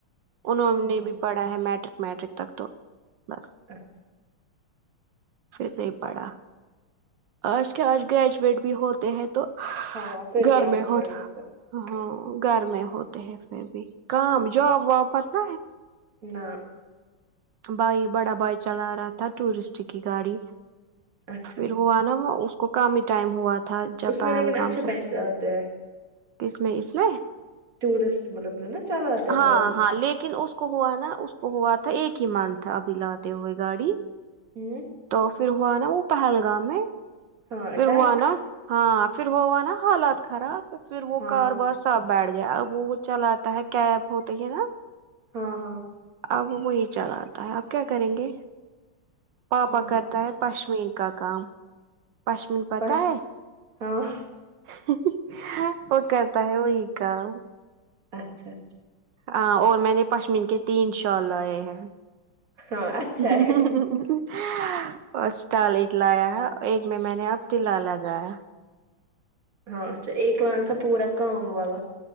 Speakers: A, on the right (about 70°); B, on the right (about 40°).
A: انہوں نے
B: ہوں
A: بھی پڑھا ہے میٹرک میٹرک تک تو بس
B: اچھا
A: پھر نہیں پڑا آج کیا آج گریجویٹ بھی ہوتے ہیں تو
B: ہاں پھر
A: گھر
B: بھی ان
A: میں ہوتا
B: پڑھ مطلب
A: ہاں گھر میں ہوتے ہیں پھر بھی کام جاب واب مطل
B: نہ
A: بائی بڑا بائی چلا رہا تھا ٹورسٹ کی گاڑی
B: اچھا
A: پھر ہوا نا وہ اس کو کامی ٹائم ہوا تھا جب
B: اس
A: پہلگام
B: میں لیکن اچھے
A: سے
B: پیسے آتے ہیں
A: کس میں اس میں
B: ٹورسٹ مطلب جو نا چلاتا ہے
A: ہاں
B: گاڑی
A: ہاں لیکن اس کو ہوا نا اس کو ہوا تھا ایک ہی منتھ ابھی لاتے ہوئے گاڑی
B: ہوں
A: تو پھر ہوا نا وہ پہلگام میں
B: ہاں اٹیک
A: پھر ہوا نا ہاں پھر ہو ہوا نا حالات خراب پھر وہ
B: ہاں
A: کاروبار سب بیٹھ گیا اب وہ وہ چلا تا ہے کیب ہوتی ہے نا
B: ہاں ہاں
A: اب وہی چل آتا ہے اب کیا کریں گے پاپا
B: ہاں
A: کرتا ہے پشمیر کا کام پشمین پتہ
B: پش
A: ہے
B: ہاں
A: ہ ہ وہ کر تا ہے وہی کام
B: اچھا اچھا
A: اں اور میں نے پشمین کے تین شال لائے ہیں
B: ہاں اچھا
A: ہ
B: ہے
A: ہ ہ اورسٹال ایک لایا ہے ایک میں میں نے اب تلا لگایا
B: ہاں اچھا ایک لان تھا پورا کام والا